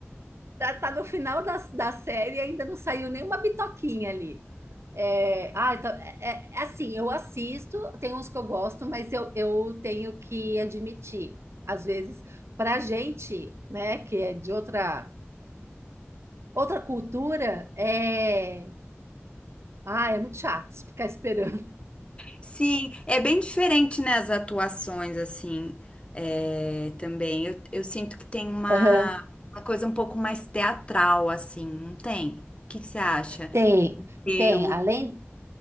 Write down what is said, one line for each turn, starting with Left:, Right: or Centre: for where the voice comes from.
Right: Tá, tá no final da, da série e ainda não saiu nenhuma bitoquinha ali. É, ah, então, é, é é assim, eu assisto, tem uns que eu gosto, mas eu, eu tenho que admitir, às vezes, pra gente, né, que é de outra, outra cultura, é, ah, é muito chato ficar esperando.
Left: Sim, é bem diferente, né, as atuações, assim, é, também. Eu, eu sinto que tem uma,
Right: Aham.
Left: uma coisa um pouco mais teatral, assim, não tem? O que que você acha?
Right: Tem,
Left: E
Right: tem. Além,